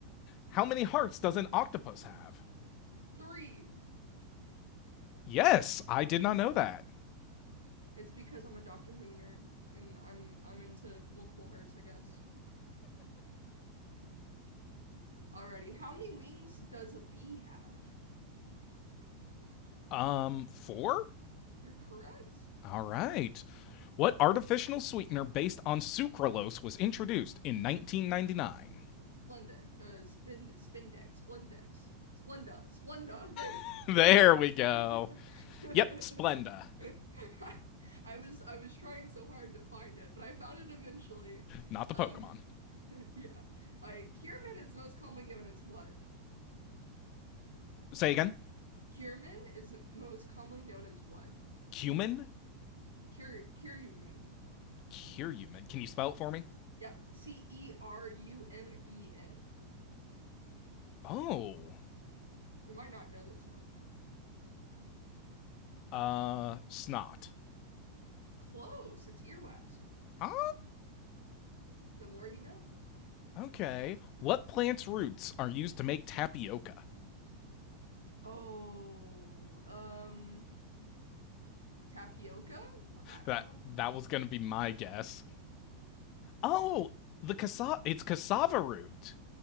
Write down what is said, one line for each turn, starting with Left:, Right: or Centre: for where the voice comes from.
Left: How many hearts does an octopus have?
Right: Three.
Left: Yes, I did not know that.
Right: It's because I'm a Doctor Who nerd and I'm I'm into multiple hearts, I guess. Alrighty, how many wings does a bee have?
Left: Um, four?
Right: You're correct.
Left: All right. What artificial sweetener based on sucralose was introduced in 1999?
Right: Splendex, uh, spind, spindex, splendex, splenda, splenda.
Left: <laughs> there we go.
Right: <laughs> There we
Left: Yep,
Right: go.
Left: Splenda.
Right: <laughs> <laughs> I was I was trying so hard to find it, but I found it eventually.
Left: Not the
Right: Uh,
Left: Pokemon.
Right: <laughs> yeah. All right. Kierman is most commonly known as what?
Left: Say again.
Right: Kierman is most commonly known as what?
Left: Cumin?
Right: Kier Kierumen.
Left: Curumin. Can you spell it for me?
Right: Yep. C-E-R-U-M-E-N.
Left: Oh,
Right: You might not know this one.
Left: Uh, snot.
Right: Close. It's earwax.
Left: Ah,
Right: The more you know.
Left: okay. What plant's roots are used to make tapioca?
Right: Oh, um, tapioca? I,
Left: That
Right: I don't
Left: that was gonna be my guess. Oh, the cassava. It's cassava root.